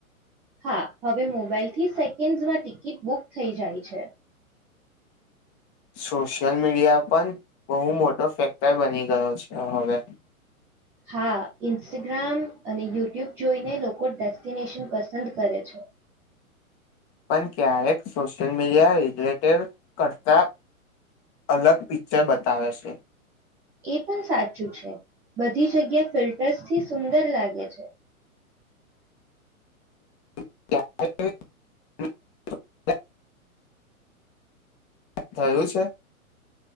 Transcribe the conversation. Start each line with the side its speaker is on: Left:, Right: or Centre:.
Centre: હા હવે મોબાઈલથી સેકન્ડસમાં ટિકિટ બુક થઈ જાય છે
Left: સોશિયલ મીડિયા પણ બહુ મોટો ફેક્ટર બની ગયો છે હવે
Centre: હા ઇન્સ્ટાગ્રામ અને યુટ્યુબ જોઈને લોકો ડેસ્ટિનેશન પસંદ કરે છે
Left: પણ ક્યારેક સોશિયલ મીડિયા રિલેટેડ કરતા અલગ પિક્ચર બતાવે છે
Centre: એ પણ સાચું છે બધી જગ્યા ફિલ્ટર્સથી સુંદર લાગે છે
Left: <unintelligible> થયું છે